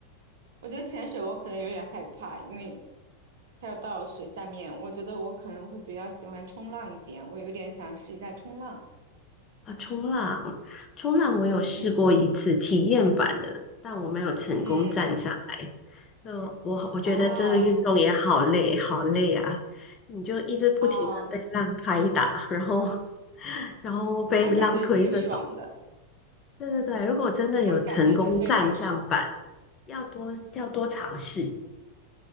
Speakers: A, on the right; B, on the left.
A: 我觉得潜水我可能有点害怕，因为它要到水下面，我觉得我可能会比较喜欢冲浪一点，我有点想试一下冲浪。
B: 啊，冲浪，冲浪我有试过一次体验版的，
A: 嗯
B: 但我没有成功站上来。
A: 嗯，
B: 就我我觉得这个运动也好累，
A: 啊
B: 好累啊！你就一直不停的被浪拍打，
A: 啊，
B: 然后 <laughs> 然后被浪推着走。
A: 但是感觉挺爽的，
B: 对对对，如果真的有成功站上板，
A: 但是感觉就非常爽。
B: 要多要多尝试，